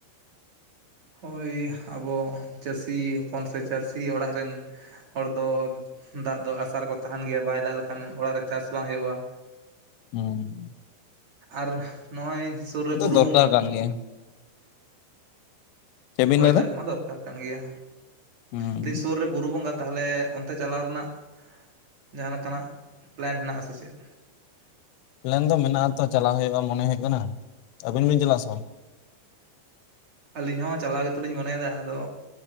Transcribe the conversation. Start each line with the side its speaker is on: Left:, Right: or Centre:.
Right: ᱦᱳᱭ ᱟᱵᱚ ᱪᱟᱹᱥᱤ ᱦᱚᱯᱚᱱ ᱥᱮ ᱪᱟᱹᱥᱤ ᱚᱲᱟᱜ ᱨᱮᱱ ᱦᱚᱲ ᱫᱚ ᱫᱟᱜ ᱫᱚ ᱟᱥᱟᱨ ᱨᱮ ᱠᱚ ᱛᱟᱦᱮᱱ ᱜᱮᱭᱟ ᱵᱟᱭ ᱫᱟᱜ ᱞᱮᱠᱷᱟᱱ ᱚᱲᱟᱜ ᱨᱮ ᱪᱟᱥ ᱵᱟᱝ ᱦᱩᱭᱩᱜᱼᱟ
Left: ᱦᱮᱸ
Right: ᱟᱨ ᱱᱚᱜᱼᱚᱸᱭ ᱥᱩᱨ ᱨᱮ ᱵᱩᱨᱩ
Left: ᱫᱚᱨᱠᱟᱨ
Right: ᱵᱚᱸᱜᱟ᱾
Left: ᱠᱟᱱ ᱜᱮᱭᱟ ᱪᱮᱫ ᱵᱤᱱ
Right: ᱦᱳᱭ
Left: ᱞᱟᱹᱭᱫᱟ
Right: ᱫᱟᱜ ᱢᱟ ᱫᱚᱨᱠᱟᱨ ᱠᱟᱱ ᱜᱮᱭᱟ
Left: ᱦᱩᱸ
Right: ᱟᱹᱰᱤᱤᱱ ᱥᱩᱨ ᱨᱮ ᱵᱩᱨᱩ ᱵᱚᱸᱜᱟ ᱛᱟᱦᱚᱞᱮ ᱚᱱᱛᱮ ᱪᱟᱞᱟᱣ ᱨᱮᱱᱟᱜ ᱡᱟᱦᱟᱸ ᱞᱮᱠᱟᱱᱟᱜ ᱯᱞᱮᱱ ᱢᱮᱱᱟᱜᱮᱱᱟᱜ ᱟᱥᱮ ᱪᱮᱫ?
Left: ᱯᱞᱮᱱ ᱫᱚ ᱢᱮᱱᱟᱜ ᱟᱛᱚ ᱪᱟᱞᱞᱟᱣ ᱦᱩᱭᱩᱜᱼᱟ ᱢᱚᱱᱮ ᱦᱩᱭᱩᱜ ᱠᱟᱱᱟ ᱟᱹᱵᱤᱱ ᱵᱤᱱ ᱪᱟᱞᱟᱜᱼᱟ ᱥᱮ ᱵᱟᱝ
Right: ᱟᱹᱞᱤᱧ ᱦᱚᱸ ᱪᱟᱞᱟᱣ ᱜᱮᱛᱚᱞᱤᱧ ᱢᱚᱱᱮᱭᱮᱫᱟ ᱟᱫᱚ